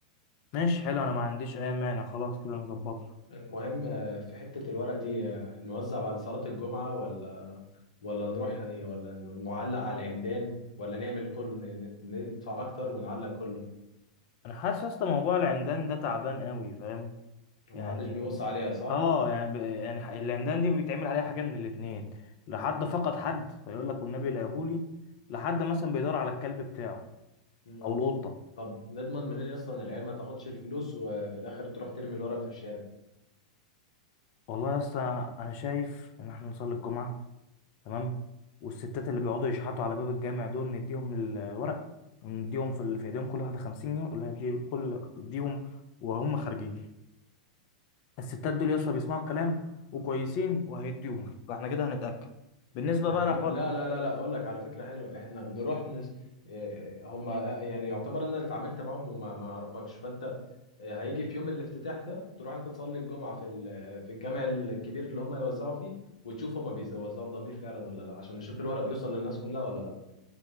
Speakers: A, on the left; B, on the left.
A: ماشي حلو انا ما عنديش اي مانع خلاص كده نظبطها
B: المهم آه، في حتة الورق دي آه، نوزع بعد صلاة الجمعة ولا ولا نروح ولا نعلق على العمدان ولا نعمل كل ن- ندفع أكتر ونعلق كله
A: انا حاسس يا اسطى موضوع العمدان ده تعبان قوي فاهم
B: محدش
A: يعني
B: بيبص عليها صح؟
A: اه يعني ب... يعني ح- العمدان دي بيتعمل عليها حاجه من الاثنين لحد فقد حد فيقول لك والنبي لقاهولي لحد مثلا بيدور على الكلب بتاعه
B: مم.
A: او القطه
B: طب نضمن منين أصلا العيال ما تاخدش الفلوس وفي الآخر تروح ترمي الورق في الشارع
A: والله يا اسطى انا شايف ان احنا نصلي الجمعه تمام والستات اللي بيقعدوا يشحتوا على باب الجامع دول نديهم الورق ونديهم في ال- في ايديهم كل واحده 50 جنيه ولا هدي كل اديهم وهم خارجين الستات دول يا اسطى بيسمعوا الكلام وكويسين وهيديهم فاحنا كده هنتاكد بالنسبه
B: احنا
A: بقى لحوار
B: ممكن لا لا لا لا اقول لك على فكره حلوه احنا نروح نس... إيه، هم آه، يعني يعتبر انا اللي اتعاملت معاهم وما ما اعرفكش فانت آه، هيجي في يوم الافتتاح ده تروح انت تصلي الجمعه في ال... في الجامع الكبير اللي هم يوزعوا فيه وتشوف هم بيوزعوا بضمير فعلا ولا لا عشان نشوف الورق بيوصل للناس كلها ولا لا